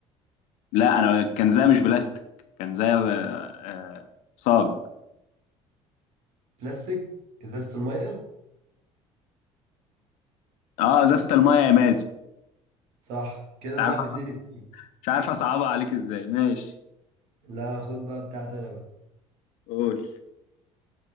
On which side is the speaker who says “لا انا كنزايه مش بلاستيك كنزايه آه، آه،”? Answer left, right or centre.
Left